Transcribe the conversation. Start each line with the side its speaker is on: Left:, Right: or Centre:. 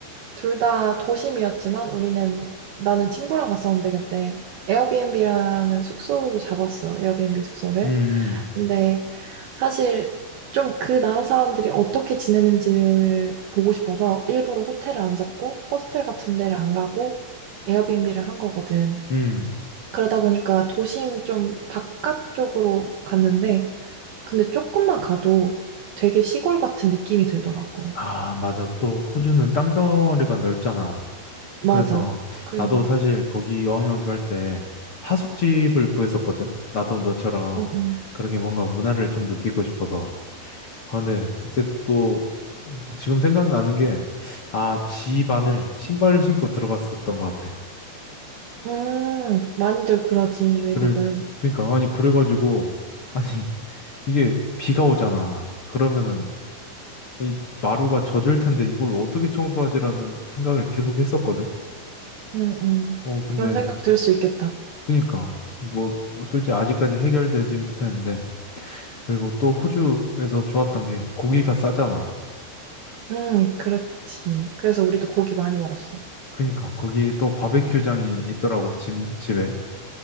Right: 둘 다 도심이었지만 우리는 나는 친구랑 갔었는데 그때 에어비앤비라는 숙소를 잡았어. 에어비앤비 숙소를.
Left: 음,
Right: 근데 사실 좀 그 나라 사람들이 어떻게 지내는지를 보고 싶어서 일부러 호텔을 안 잡고 호스텔 같은 데를 안 가고 에어비앤비를 한 거거든.
Left: 음.
Right: 그러다 보니까 도심 좀 바깥쪽으로 갔는데 근데 조금만 가도 되게 시골 같은 느낌이 들더라고.
Left: 아, 맞아. 또 호주는 땅덩어리가 넓잖아.
Right: 맞아.
Left: 그래서
Right: 그래서
Left: 나도 사실 거기 어학연수 할 때 하숙집을 구했었거든. 나도 너처럼
Right: 응, 응.
Left: 그렇게 뭔가 문화를 좀 느끼고 싶어서. 아, 근데 그때 또 지금 생각나는 게, 아, 지반을 신발을 신고 들어갔었던 것 같아.
Right: 음, 많이들 그러지, 외국은.
Left: 그래, 그러니까, 아니, 그래가지고, 아니, <laughs> 이게 비가 오잖아. 그러면은 이 마루가 젖을 텐데 이걸 어떻게 청소하지라는 생각을 계속 했었거든.
Right: 응, 응.
Left: 어, 근데,
Right: 그런 생각 들 수 있겠다.
Left: 그러니까, 뭐, 솔직히 아직까지 해결되진 못했는데, 그리고 또 호주에서 좋았던 게 고기가 싸잖아.
Right: 응, 그렇지. 그래서 우리도 고기 많이 먹었어.
Left: 그러니까, 거기 또 바베큐장이 있더라고, 집, 집에.